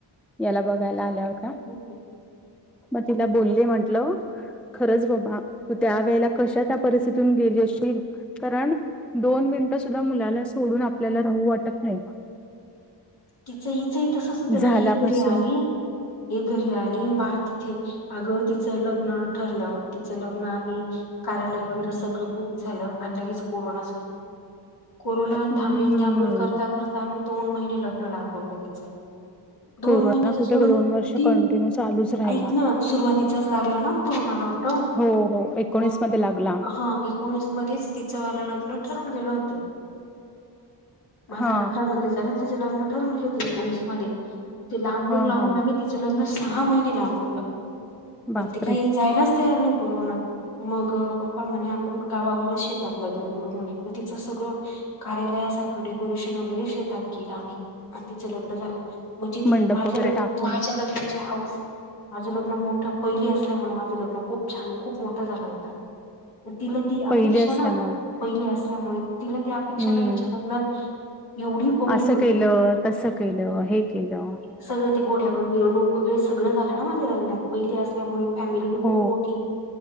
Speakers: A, in the centre; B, on the left.
A: याला बघायला आल्या हो
B: ह ह
A: मग तिला बोलले म्हंटलं. खरंच बाबा तू त्या वेळेला कशा त्या परिस्थितीून गेली असशील कारण दोन मिनिटं सुद्धा मुलाला सोडून आपल्याला राहू वाटत नाही.
B: तिचं हिचंही तसच होतं
A: झाल्यापासून
B: ना ही घरी आली. ही घरी आली आणि बाळ तिथे अगं तिचं लग्न ठरलं. तिचं लग्न आणि कार्यालय वगैरे सगळं बुक झालं आणि लगेच कोरोना कोरोना
A: हम्म
B: थांबल थांबल करता करता आम्ही दोन महिने लग्न लांबवले. तिच दोन
A: कोरोना
B: महिने
A: कुठे
B: सोडून
A: ग दोन वर्ष
B: तीन
A: कंटिन्यू चालूच राहिला
B: ऐकण सुरुवातीचच लागलं न कोरोना लॉकडाऊन
A: हो हो एकोणीस
B: मग
A: मध्ये लागला.
B: हा एकोणीस मध्येच तिचं वाला लग्न ठरून गेलं होत माझा
A: हा
B: अठरा मधे लग्न ठरुन गेल होत एकोणीस मधे ते लांबून
A: हा
B: लांबून
A: हा
B: आम्ही तिचं लग्न सहा महिने लांबवलं
A: बापरे
B: पण ते काही जायलाच तयार नाही कोरोना. मग पप्पा म्हणे आपण गावावरच शेतात लग्न करू म्हणे मग तिचं सगळं कार्यालयासारखं डेकोरेशन वगैरे शेतात केल आम्ही आणि तिचं लग्न झालं. म्हणजे ती
A: मंडप
B: माझ्या
A: वगैरे टाकून
B: माझ्या लग्नाची हाऊस माझं लग्न मोठं पहिली असल्यामुळे माझं लग्न खूप छान खूप मोठं झालं होतं. तिला ती
A: पहिले
B: अपेक्षा
A: असल्यामुळे
B: ना पहिली असल्यामुळे तिला ती अपेक्षा
A: हम्म
B: ना हिच्या लग्नात एवढी पब्लिक
A: असं
B: होती
A: केलं
B: माझी
A: तसं केलं हे केलं.
B: सगळं ते घोड्यावर मिरवणूक वगैरे सगळं झालं ना माझ्या लग्नात पहिली असल्यामुळे फॅमिली बी खूप
A: हो
B: मोठी